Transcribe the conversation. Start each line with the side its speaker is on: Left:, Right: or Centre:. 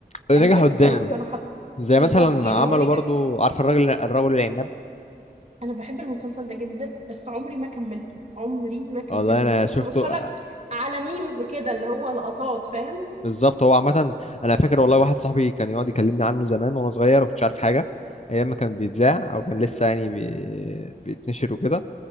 Left: نجح
Right: يعني الفيلم
Left: قدام
Right: كانوا كانوا حط
Left: زي
Right: بالظبط
Left: مثلا
Right: يعني
Left: عملوا
Right: هو نجح
Left: برضو عارف الراجل الرجل العناب
Right: أنا باحب المسلسل ده جدًا، بس عمري ما كمّلته، عمري ما كمّلته.
Left: والله انا شفته
Right: كنت باتفرّج
Left: آه،
Right: على memes كده، اللي هو لقطات، فاهم؟
Left: بالظبط هو عامه انا فاكر والله واحد صاحبي كان يقعد يكلمني عنه زمان وانا صغير وكنتش عارف حاجه ايام ما كان بيتذاع او كان لسه يعني بي... بيتنشر وكده